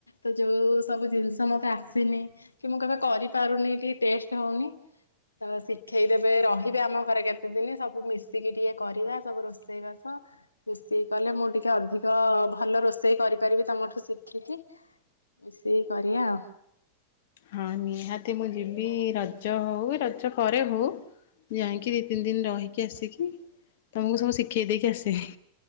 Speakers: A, on the left; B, on the left.
A: ତ ଯୋଉ ସବୁ ଜିନିଷ ମତେ ଆସେନି କି ମୁଁ କେବେ କରିପାରୁନି ଟିକେ ଟେଷ୍ଟ ହଉନି। ତ ଶିଖେଇଦେବେ ରହିବେ ଆମ ଘରେ କେତେଦିନ ସବୁ ମିଶିକି ଟିକେ କରିବା ସବୁ ରୋଷେଇ। ରୋଷେଇ ବାସ। ମିଶିକି କଲେ ମୁଁ ଟିକେ ଅଧିକ ଭଲ ରୋଷେଇ କରିପାରିବି ତମଠୁ ଶିଖିକି। ମିଶିକି କରିବା ଆଉ।
B: ହଁ ନିହାତି ମୁଁ ଯିବି ରଜ ହଉ ରଜ ପରେ ହଉ। ଯାଇଁକି ଦି ତିନି ଦିନ ରହିକି ଆସିବିତମକୁ ସବୁ ଶିଖେଇ ଦେଇକି ଆସିବି।